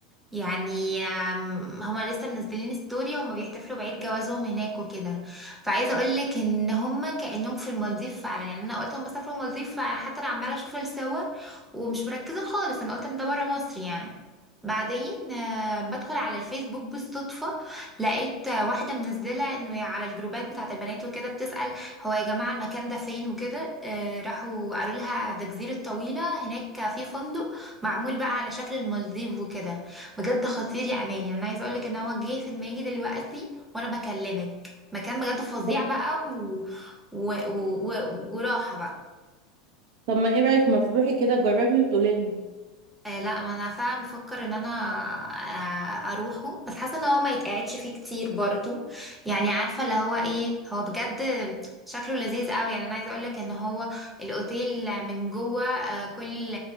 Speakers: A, in the centre; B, on the right.
A: يعني آم، هما لسه منزلين ستوري هما بيحتفلوا بعيد جوازهم هناك وكده فعايزه اقول لك ان هما كانهم في المالديف فعلا يعني انا قلت هما سافروا المالديف فحتى انا عماله اشوف الصور ومش مركزه خالص انا قلت ان ده بره مصر يعني بعدين آه، بدخل على الفيسبوك بالصدفة لقيت آه، واحدة منزلة انه على الجروبات بتاعة البنات وكده بتسأل هو يا جماعة المكان ده فين وكده آه، راحوا قالوا لها ده جزيرة طويلة هناك في فندق معمول بقى على شكل المالديف وكده بجد خطير يا امان يعني انا عايزه اقولك ان هو جه في دماغي دلوقتي وانا بكلمك مكان بجد فظيع
B: طب
A: بقى و... و... و... و... وراحه بقى
B: طب ما ايه رايك ما تروحي كده جربي وتقولي لنا
A: آه لا ما انا فعلا بفكر ان انا آه اروحه بس حاسه ان هو ما يتقعدش فيه كتير برضو يعني عارفه اللي هو ايه هو بجد شكله لذيذ قوي يعني انا عايزه اقولك ان هو الاوتيل من جوه آه كل